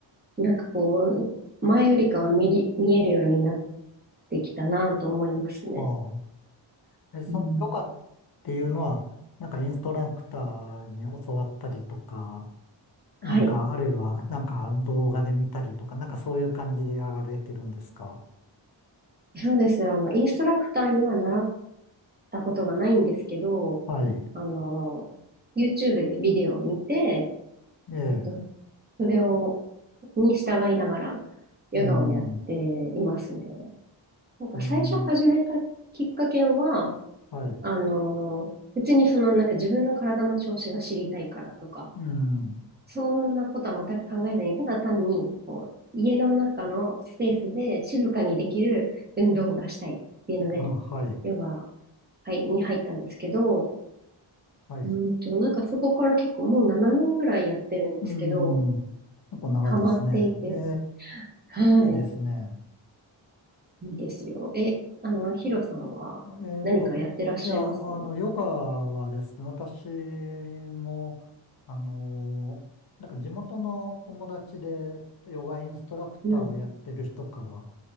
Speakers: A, on the right (about 20°); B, on the left (about 50°).
A: なんかこう、前よりかは見り、見えるようになってきたなと思いますね。
B: ああ。え、そのヨガ
A: うん。
B: ていうのは、なんかインストラクターに教わったりとか、
A: はい。
B: なんか、あるいは、なんか動画で見たりとか、なんかそういう感じでやられてるんですか
A: そうです。あの、インストラクターには習たことがないんですけど、
B: はい。
A: あの、YouTube でビデオを見て、
B: ええ。
A: あとそれを、に従いながら、ヨガをやっていますね。
B: うん。
A: なんか最初始めたきっかけは、
B: ええ。はい。
A: あの、別にそのなんか自分の体の調子が知りたいからとか、
B: うん。
A: そんなことは全く考えずに、ただ単に、こう、家の中のスペースで静かにできる運動がしたいっていうので、
B: あ、はい。
A: ヨガ、はい、に入ったんですけど、
B: はい。
A: うんと、なんかそこから結構もう7年ぐらいやってるんですけど、
B: うん。結構長いですね。
A: ハマっていて、
B: え
A: は
B: え。いいですね。
A: い、いいですよ。え、あの、ヒロさんは何かやってらっしゃいます
B: えっと、いや、あの、ヨガはですね、私も、あの、なんか地元の友達でヨガインストラクターをやってる人から
A: うん。